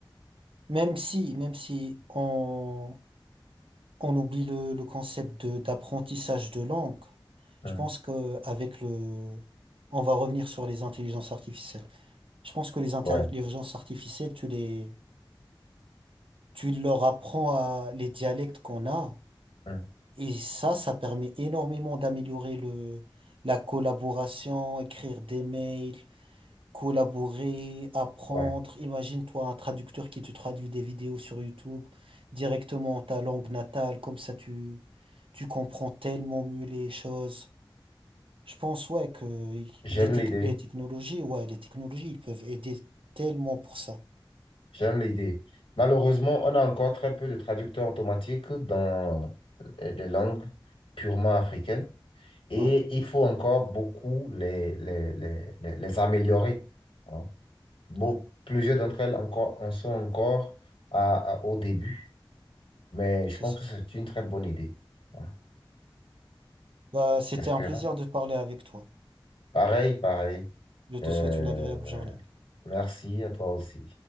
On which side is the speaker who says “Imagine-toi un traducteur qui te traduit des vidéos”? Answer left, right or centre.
Right